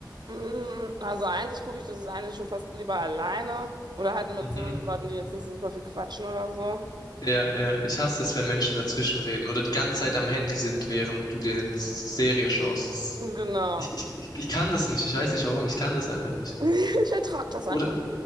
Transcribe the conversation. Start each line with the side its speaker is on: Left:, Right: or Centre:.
Right: Mm, Also eigentlich gucke ich das ist eigentlich schon fast lieber alleine oder halt mit
Left: Mhm.
Right: so Leuten, die jetzt nicht so super viel quatschen oder so.
Left: Ja, ja, ich hasse es, wenn Menschen dazwischen reden oder die ganze Zeit am Handy sind, während du dir eine S- Serie schaust.
Right: Genau.
Left: Ich, ich, ich, ich kann das nicht. Ich weiß nicht warum. Ich kann das einfach nicht.
Right: <laughs> Ich ertrage das einfach.
Left: Oder,